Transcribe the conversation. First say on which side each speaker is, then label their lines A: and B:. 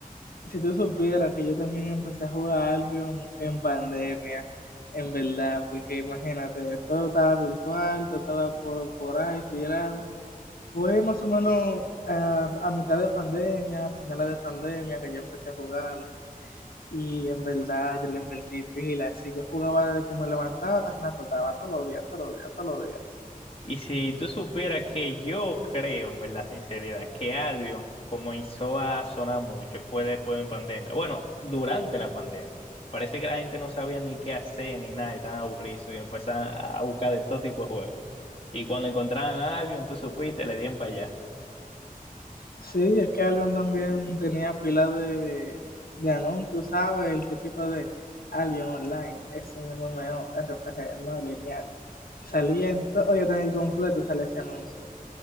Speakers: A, on the left; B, on the left.
A: Si tú supieras que yo también empecé a jugar Albion en pandemia, en verdad, porque imagínate, todo estaba virtual, todo estaba por, por ahí tirado. Fue más o menos ah, a mitad de pandemia, a finales de pandemia, que yo empecé a jugarlo. Y en verdad, yo le invertí pila. Así yo jugaba desde que me levantaba hasta que me acostaba, todos los días, todos los días, todos los días.
B: Y si tú supieras que yo creo, en verdad, sinceridad, que Albion comenzó a sonar mucho, fue después de pandemia. Bueno, durante la pandemia. Parece que la gente no sabía ni qué hacer ni nada, y estaban aburridos y empezaban a buscar de todo tipo de juegos. Y cuando encontraban a Albion, tú supiste, le dieron para allá.
A: Sí, es que Albion también tenía pila de, de anuncios, ¿sabes? El típico de Albion Online, es un MMORPG no lineal. Que salía en todo, oye, tan el completo sale ese anuncio.